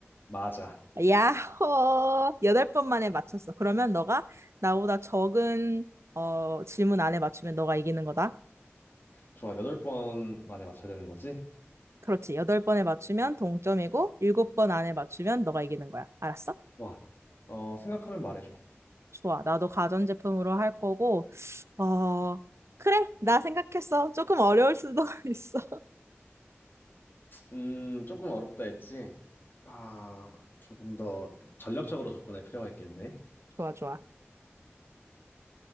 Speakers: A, on the left; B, on the right.
A: 맞아.
B: 야호! 여덟 번 만에 맞췄어. 그러면 너가 나보다 적은 어, 질문 안에 맞추면 너가 이기는 거다.
A: 좋아. 여덟 번 만에 맞춰야 되는 거지?
B: 그렇지. 여덟 번에 맞추면 동점이고, 일곱 번 안에 맞추면 너가 이기는 거야. 알았어?
A: 와, 어, 생각하면 말해줘.
B: 좋아. 나도 가전제품으로 할 거고, 어, 그래. 나 생각했어. 조금 어려울 수도 <laughs> 있어.
A: 음, 조금 어렵다 했지? 아, 조금 더 전략적으로 접근할 필요가 있겠네.
B: 좋아, 좋아.